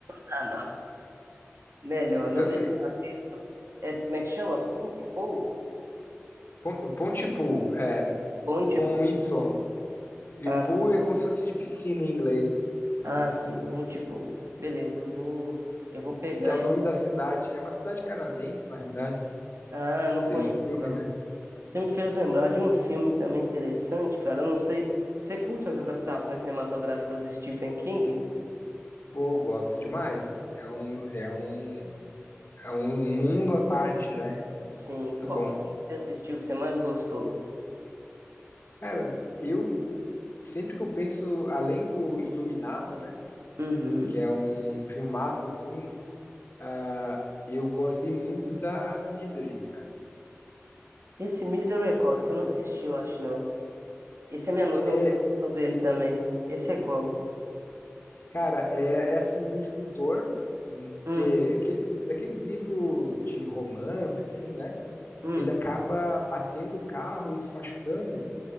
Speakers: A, on the right; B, on the left.
A: Ah, não. Melhor,
B: Então,
A: não,
B: assim,
A: deixa
B: o,
A: que eu assisto. É, como é que chama? Pum, tipo?
B: pon- o Ponte Pool é
A: Pum, tipo.
B: com um Y. E
A: Ah,
B: o pool é como se fosse de piscina em inglês,
A: Ah, sim, Ponte Pou. Beleza, eu vou, eu vou pegar.
B: que é o
A: Hein?
B: nome da cidade. É uma cidade canadense, na realidade.
A: Ah, eu não conheço,
B: desse filme,
A: não.
B: né?
A: Você me fez lembrar de um filme também interessante, cara. Eu não sei. Você curte as adaptações cinematográficas do Stephen King?
B: Pô, gosto demais. É um, é um, é um mundo à parte, né?
A: Sim.
B: Muito
A: Qual
B: bom.
A: assim que você assistiu que você mais gostou?
B: Cara, eu sempre que eu penso, além do Iluminado, né?
A: Uhum.
B: Que é um filmaço assim, ah, eu gostei muito da do Misery, cara.
A: Esse Misery, é qual? esse eu não assisti, eu acho, não. Esse a minha noiva
B: É,
A: me falou sobre ele também. Esse é qual?
B: cara, é, é assim, um escritor hum,
A: Hum,
B: que é aqueles, daqueles livros de romance, assim, né?
A: hum,
B: Ele acaba batendo o carro e se machucando.